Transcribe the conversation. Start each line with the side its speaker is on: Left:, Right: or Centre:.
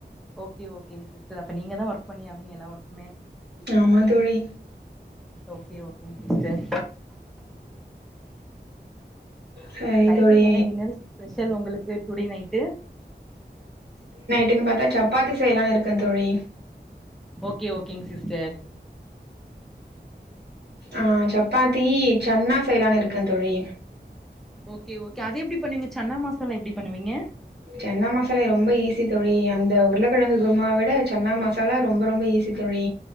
Centre: ஓகே ஓகேங் சிஸ்டர் அப்ப நீங்கதா ஒர்க் பண்ணி ஆவிங் எல்லா ஒர்க்மே
Right: ஆமா தோழி
Centre: ஓகே ஓ கே சிஸ்டர்
Right: சரி
Centre: நைட்டுக்கு
Right: தோழி
Centre: என்ன டின்னர் ஸ்பெஷல் உங்களுக்கு டுடே நைட்டு
Right: டுன் பாத்தா சப்பாத்தி செய்யலானு இருக்கே தோழி
Centre: ஓகே ஓகேங் சிஸ்டர்
Right: ஆ சப்பாத்தி சன்னா செய்யலானு இருக்கே தோழி
Centre: ஓகே ஓகே அத எப்படி பண்ணுவீங்க சன்னா மாசாலா எப்டி பண்ணுவீங்க
Right: சன்னா மசாலா ரொம்ப ஈசி தோழி அந்த உருளக்கெழங்கு குருமா விட சன்னா மசாலா ரொம்ப ரொம்ப ஈசி தோழி